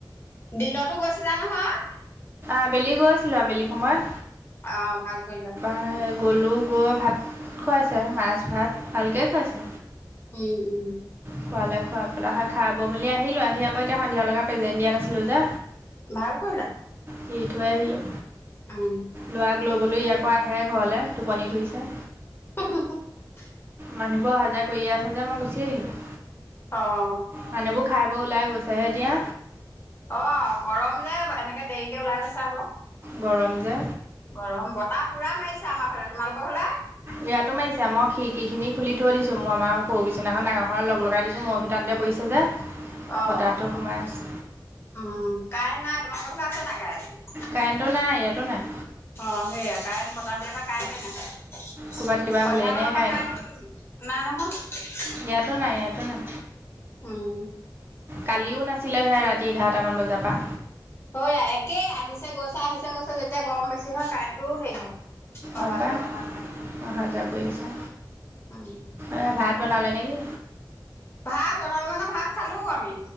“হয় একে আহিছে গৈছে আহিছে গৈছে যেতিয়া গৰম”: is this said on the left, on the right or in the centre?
Left